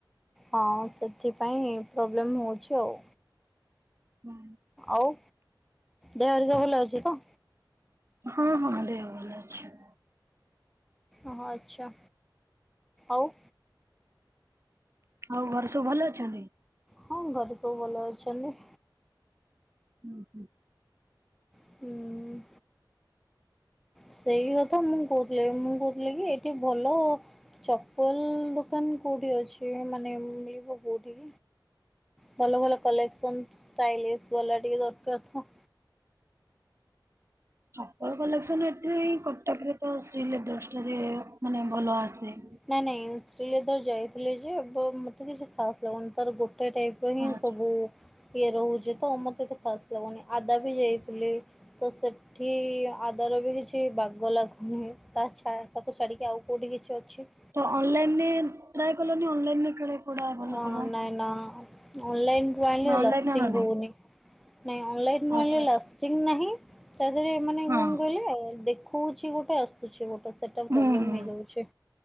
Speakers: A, in the centre; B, on the right.
A: ହଁ ସେଥିପାଇଁ ପ୍ରୋବ୍ଲେମ୍ ହଉଚି ଆଉ।
B: ହୁଁ।
A: ଆଉ ଦେହହରିକା ଭଲ ଅଛି ତ?
B: ହଁ ହଁ ଦେହ ଭଲ ଅଛି।
A: ଓହୋ, ଆଚ୍ଛା। ଆଉ
B: ଆଉ ଘର ସବୁ ଭଲ ଅଛନ୍ତି?
A: ହଁ ଘରେ ସବୁ ଭଲ ଅଛନ୍ତି।
B: ହୁଁ ହୁଁ।
A: ହୁଁ ସେଇ କଥା ମୁଁ କହୁଥିଲି, ମୁଁ କହୁଥିଲି କି ଏଠି ଭଲ ଚପଲ ଦୋକାନ କୋଉଠି ଅଛି, ମାନେ ମିଳିବ କୋଉଠି? ଭଲ ଭଲ କଲେକ୍ସନ, ଷ୍ଟାଇଲିଷ୍ଟ ବାଲା ଟିକେ ଦରକାର ତ।
B: ଚପଲ କଲେକ୍ସନ ଏଠି ନାହିଁ, କଟକରେ ଶ୍ରୀଲେଦର୍ସଠାରେ ମାନେ ଭଲ ଆସେ।
A: ନାଇଁ ନାଇଁ ଶ୍ରୀଲେଦର୍ସ ଯାଇଥିଲି ଯେ ବ ମତେ କିଛି ଖାସ୍ ଲାଗୁନି। ତାର ଗୋଟେ ଗୋଟାଇ ଟାଇପର ହିଁ
B: ହଁ
A: ସବୁ ଇଏ ରହୁଛି ତ, ମୋତେ ଏତେ ଖାସ୍ ଲାଗୁନି। ଆଦା ବି ଯାଇଥିଲି, ତ ସେ ଏଠି ଆଦାର ବି କିଛି ଛି ବାଗ ଲାଗୁନି। ତା ଛା ତାକୁ ଛାଡ଼ିକି ଆଉ କୋଉଠି କିଛି ଅଛି?
B: ତ ଅନଲାଇନରେ ଟ୍ରାଏ କଲନି, ଅନଲାଇନରେ କାଳେ କୋଉଟା ଭଲ
A: ଅ
B: ଥିବ?
A: ନାଇଁ ନ। ଅନଲାଇନରୁ ଆଣିଲେ
B: ନା ଅନଲାଇନ
A: ଲାଷ୍ଟିଙ୍ଗ
B: ଆଣନି
A: ହଉନି। ନାଇଁ ଅନଲାଇନ୍ ଅନଲାଇନରୁ
B: ଆଚ୍ଛା
A: ଆଇଁଲେ
B: ଆଚ୍ଛା
A: ଲାଷ୍ଟିଙ୍ଗ ନାହିଁ, ତା ଦେହରେ ମାନେ
B: ହଁ।
A: <unintelligible> ଦେଖଉଛି ଗୋଟେ ଆଉ। ହେଉଛି ଗୋଟେ ସେଇଟା ପ୍ରୋବ୍ଲଲମ୍
B: ହୁଁ ହୁଁ।
A: ହେଇଯାଉଛି।